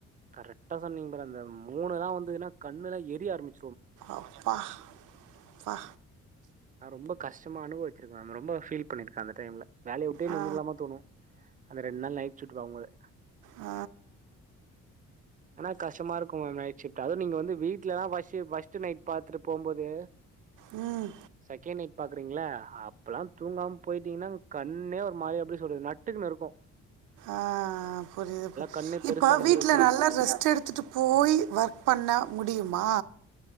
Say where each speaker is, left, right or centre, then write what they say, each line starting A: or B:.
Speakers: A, on the right (about 25°); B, on the right (about 85°).
A: கரெக்ட்டா சொன்னீங்க பாரு அந்த மூணுல்லா வந்துதுன்னா கண்ணு எல்லா எரிய ஆரமிச்சு
B: அப்பா வா
A: நா ரொம்ப கஷ்டம்லா அனுபவிச்சிருக்க நா ரொம்ப ஃபீல் பண்ணிருக்க அந்த டைம்ல வேலைய விட்டே
B: ஆ
A: நின்னுறலாமா தோணு அந்த ரெண்டு நாள் நைட் ஷிஃப்ட்டு பாக்கும் போதே
B: ஆ
A: ஆனா கஷ்டமா இருக்கு மேம் நைட் ஷிஃப்ட் அதும் நீங்க வந்து வீட்லா தா ஃபஸ்ட் ஷிப்ட் ஃபஸ்ட்டு நைட் பாத்துட்டு போம் போது
B: ம்
A: செகண்ட் நைட் பாக்குறீங்ள அப்பலா தூங்காம போய்டீங்கன்னா கண்ணே ஒரு மாரி எப்டி சொல்றது நட்டுக்குன்னு இருக்கும்
B: ஆ ஆ புரியுது புரியுது
A: கண்ணே பெருசான
B: இப்ப வீட்ல
A: மாரி ஒரு ஃபீலா
B: நல்ல ரெஸ்ட் எடுத்துட்டு போய் ஒர்க் பண்ண முடியுமா